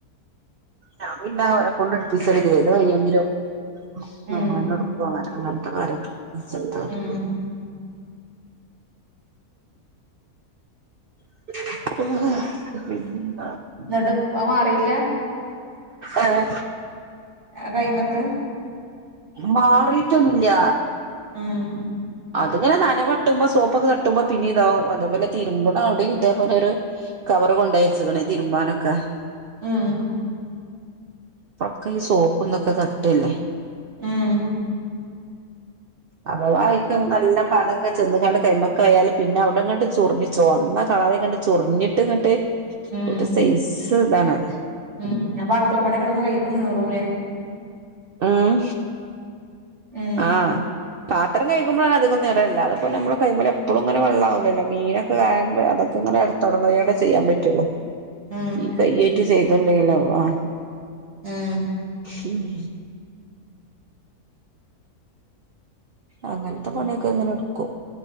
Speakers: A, on the right; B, on the right.
A: ഞാൻ പിന്നെ അവരെ കൊണ്ട് എടിപ്പിച്ചലില്ലേ ഏത് വയ്യെങ്കിലും നമ്മളെന്നെ
B: ഉം
A: എടുക്കും പോവാന് അങ്ങനത്തെ കാര്യങ്ങൾ <unintelligible>
B: ഉം
A: <unintelligible>
B: എന്നിട്ട് ഇപ്പ മാറിയിട്ടില്ല
A: ആഹ്
B: ആ കൈമത്ത്
A: മാറിട്ട് ഒന്നും ഇല്യ
B: ഊം
A: അത്ങ്ങനെ നനവട്ടുമ്പോ സോപ്പ് ഒക്കെ തട്ടുമ്പോ പിന്നെ ഇതാവും അതേപോലെ തിരുമ്പണ അവിടെയും ഇതേപോലെ ഒരു കവർ കൊണ്ട് വെച്ചക്കണ് തിരുമ്പാന് ഒക്കെ
B: ഉം
A: ഇപ്പൊക്കെ ഈ സോപ്പും ഇതൊക്കെ തട്ടല്ലേ
B: ഉം
A: അഥവാ ഏറ്റവും നല്ല പത ഒക്കെ ചെന്ന് ങ്ങാണ്ട് കയ്യിൻ മക്ക് ആയാല് പിന്നെ അവിടെങ്ങട്ട് ചൊറിഞ്ഞ് ചോന്ന കളറയ്ക്കാണ്ട് ചൊറിഞ്ഞിട്ട് ഇങ്ങട്ട്
B: ഉം
A: ഒരു സൈസ് ഇതാണത്
B: ഉം ഞപ്പ അടുക്കളപണി ഒക്കെ എടുക്കുമ്പോ കൈ ഒക്കെ നീറൂലേ
A: ഉം
B: ഉം
A: ആഹ് പത്രം കഴുമ്പളാണ് അധികം നിറൽ ഇല്ല അത് അപ്പോ ഞമ്മള് കയ്യുന്മേൽ എപ്പഴളും ഇങ്ങനെ വെള്ളം ആകുല്ലല്ലോ അല്ലോ മീന് ഒക്കെ ആക്കുമ്പോ അത് ക്കിങ്ങനെ എട് തൊടങ്ങും ആയോണ്ടേ ചെയ്യാൻ പറ്റുള്ളൂ
B: ഉം
A: ഈ കയ്യേറ്റി ചെയ്ത ഇണ്ടെങ്കില് വാ
B: ഉം
A: ഉം അങ്ങനത്തെ പണി ഒക്കെ ഇങ്ങനെ എടുക്കും